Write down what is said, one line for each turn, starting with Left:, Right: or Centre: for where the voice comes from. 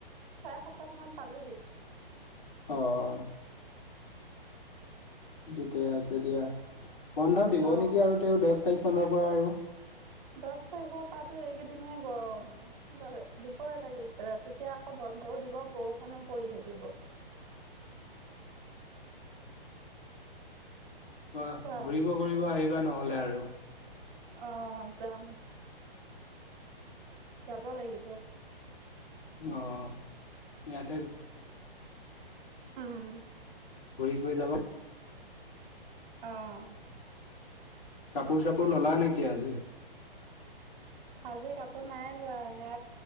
Right: চাৰে সাতটা মানত পালহি।
Left: অঁ ঠিকে আছে দিয়া বন্ধ দিব
Right: অ'
Left: নেকি আৰু তেওঁ দহ তাৰিখ মানৰ পৰা আৰু।
Right: দহ তাৰিখৰ পাটো এইকেইদিনহে গৰম দিবই লাগিছিলে তেতিয়া আক ব বন্ধও দিব বৰষুণো পৰি থাকিব।
Left: ক
Right: কোৱা
Left: ঘূৰিব ঘূৰিব আহিবা নহ'লে আৰু
Right: আহ যাম। যাব লাগিব।
Left: অ ইয়াতে
Right: উম
Left: ঘূৰি গৈ যাবা।
Right: অহঁ
Left: কাপোৰ চাপোৰ ললা নেকি আজি?
Right: আজি কাপোৰ নাই লোৱা হে